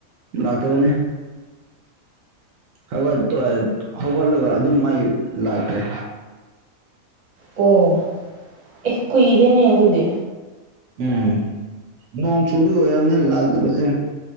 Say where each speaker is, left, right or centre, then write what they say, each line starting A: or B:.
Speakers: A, on the right (about 75°); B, on the right (about 35°).
A: ꯂꯥꯛꯇꯕꯅꯦ ꯍꯧꯒꯠꯄ ꯍꯧꯒꯠꯂꯒ ꯑꯗꯨꯝ ꯃꯥꯏ ꯂꯥꯛꯇ꯭ꯔꯦ
B: ꯑꯣ ꯑꯦ ꯀꯨꯏꯔꯦꯅꯦ ꯑꯗꯨꯗꯤ
A: ꯎꯝ ꯅꯣꯡ ꯆꯨꯕꯤ ꯑꯣꯏꯔꯝꯅꯤ ꯂꯥꯛꯇꯕꯁꯦ